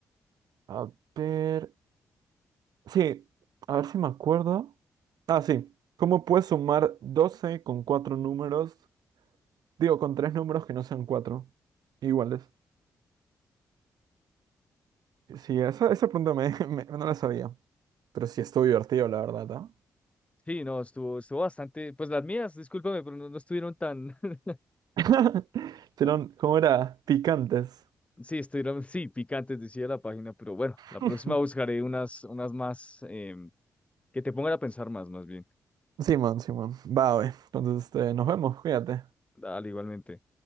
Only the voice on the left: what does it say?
sí, no, estuvo, estuvo bastante. Pues las mías, discúlpame, pero no, no estuvieron tan. <laughs>
la-
Sí, estuvieron, sí, picantes, decía la página, pero bueno, la
próxima buscaré unas, unas más em, que te pongan a pensar más, más bien.
Dale, igualmente.